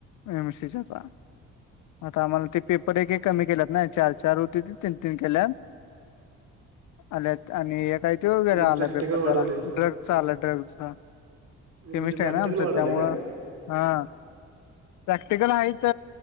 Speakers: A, on the left; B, on the right.
A: एम एस शच्याचा. आता आम्हाला ते पेपर एक एक कमी केल्यात ना? चार चार होते ते तीन तीन केल्यात. आल्यात. आणि एक आहे तो वेगळा
B: आणि
A: आला
B: प्रॅक्टिकल
A: पेपर
B: वाढवले
A: जरा. ड्रगचा आला ड्रगचा. केमिस्ट्री
B: म्हणजे प्रॅक्टिकल
A: आहे ना आमचं?
B: वाढवले
A: त्यामुळं
B: काय
A: हा. प्रॅक्टिकल आहेत.